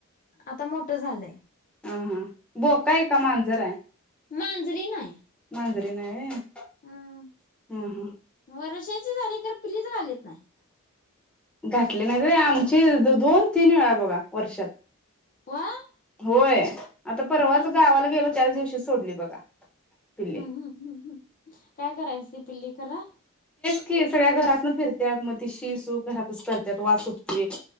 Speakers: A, on the left; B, in the centre.
A: आता मोठ झालंय.
B: ह हा बो काय का मांजरा आहे.
A: मांजरीन हाय.
B: <unintelligible>
A: हम्म
B: हा हा
A: वरशी झाली <unintelligible> खर पिल्लीच घालीत नाय.
B: घातली नाही <unintelligible> त व्हय, आमची दु दोन, तीन वेळा बघा वर्षात.
A: वा
B: होय आता परवाच
A: नाही
B: गावाला
A: ती
B: गेलो, त्याच दिवशी सोडली बघा. पिल्ली
A: हम्म हम्म हम्म काय त्यांची पिल्ली करा
B: तेच सगळ्या घरातानं कुठली फिरतीयात मग शी - सु घरातच करत वास सुटतोय